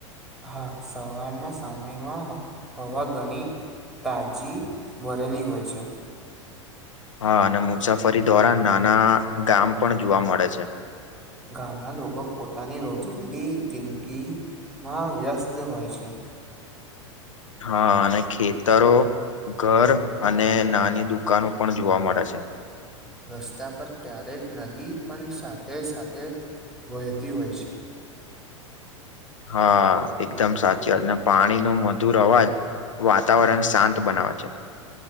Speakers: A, in the centre; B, on the left (about 75°).
A: હા સવારના સમયમાં હોવા ગણિત તાજી ભરેલી હોય છે
B: હા અને મુસાફરી દ્વારા નાના ગામ પણ જોવા મળે છે.
A: ગામના લોકો પોતાની રોજિંદી જિંદગીમાં વ્યસ્ત હોય છે.
B: હા અને ખેતરો ઘર અને નાની દુકાનો પણ જોવા મળે છે.
A: રસ્તા પર ક્યારેક નદી પણ સાથે સાથે વહેતી હોય છે.
B: હા એકદમ સાચી વાતને પાણી નો મધુર અવાજ વાતાવરણ શાંત બનાવે છે